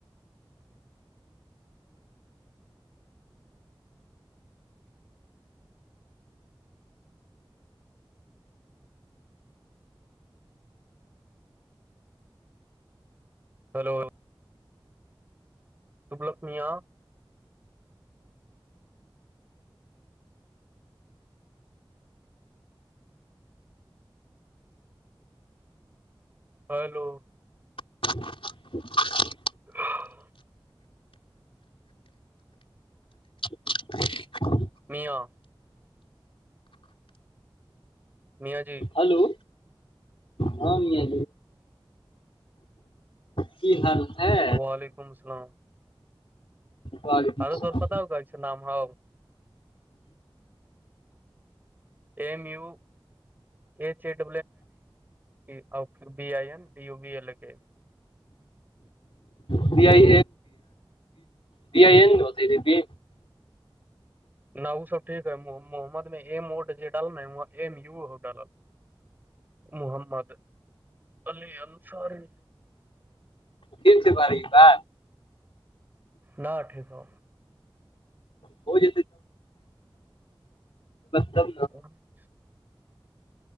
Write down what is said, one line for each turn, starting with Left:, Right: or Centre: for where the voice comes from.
Right: <unintelligible> hello دبلک میاں hello
Left: <unintelligible>
Right: <unintelligible>
Left: <unintelligible>
Right: میاں نیا جی
Left: ہلو ہاں م آ کی حال ہے
Right: وعلیکم السلام
Left: وعلیکم
Right: ہرے
Left: السلام
Right: ت پتا ہو کہ نام ہو M U H E D E ا ڈیئی
Left: پ آئی بی آئیین نہیں ہوتی
Right: نہ وہ سب ٹھیک ہے محمد میں ایم ووڈ ڈالل نا M you ڈالل Muhammad Ali Ansari
Left: catch پ رہےپا
Right: نہ اٹھے سو
Left: ہو ج چگ
Right: <unintelligible>